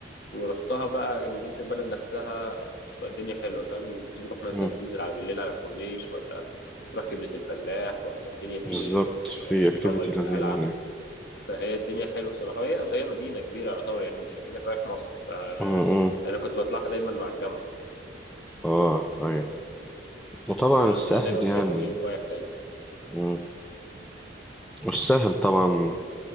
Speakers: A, on the left (about 60°); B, in the centre.
A: ورحتها بقى نزلت البلد نفسها تبقى الدنيا حلوه فاهم تروح مثلا
B: مم.
A: تنزل على بالليل على الكورنيش ولا تروح كبده الفلاح ولا الدنيا دي
B: بالظبط في
A: او
B: اكتيفيتي
A: أو القلعه
B: لذيذه هناك
A: فهي الدنيا حلوه الصراحه هي هي مدينه كبيره يعتبر يعني مش اكنك رايح مصيف ف
B: مم. مم.
A: انا كنت بطلعها دايما مع الجامعه
B: اه ايوه وطبعا
A: كان
B: الساحل
A: عندنا دايما
B: يعني
A: بيعملوا يوم رايح جاي
B: مم. والساحل طبعا